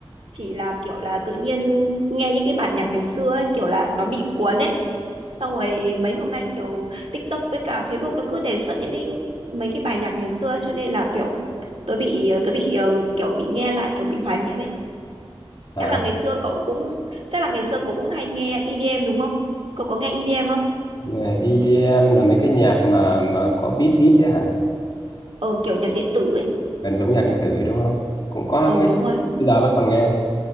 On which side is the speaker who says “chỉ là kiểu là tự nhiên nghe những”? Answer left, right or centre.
Right